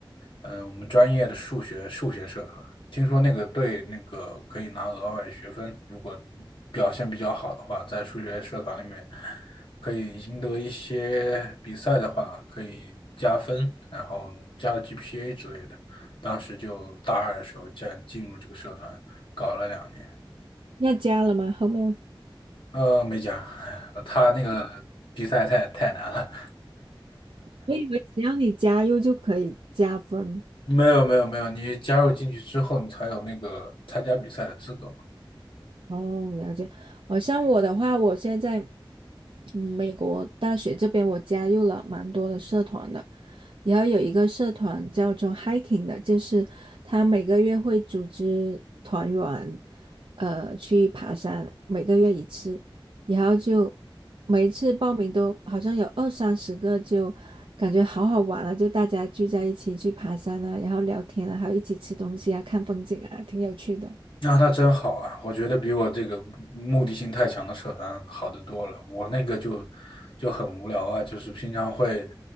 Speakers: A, on the left; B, on the right.
A: 嗯、我们专业的数学数学社团，听说那个对那个可以拿额外的学分，如果表现比较好的话，在数学社团里面可以赢得一些比赛的话，可以加分，然后加 GPA 之类的。当时就大二的时候，进进入这个社团，搞了两年。
B: 要加了吗？后面
A: 呃，没讲，<laughs> 他那个比赛太太难了。
B: 我以为只要你加入就可以加分。
A: <laughs> 没有没有没有，你加入进去之后，你才有那个参加比赛的资格。
B: 哦，了解。呃，像我的话，我现在嗯，美国大学这边我加入了蛮多的社团的，然后有一个社团叫做 hiking 的，就是他每个月会组织团员，呃，去爬山，每个月一次，然后就每一次报名都好像有二三十个，就感觉好好玩啊，就大家聚在一起去爬山啊，然后聊天啊，还有一起吃东西啊，看风景啊，挺有趣的。
A: 那他真好啊！我觉得比我这个目的性太强的社团好得多了。我那个就就很无聊啊，就是平常会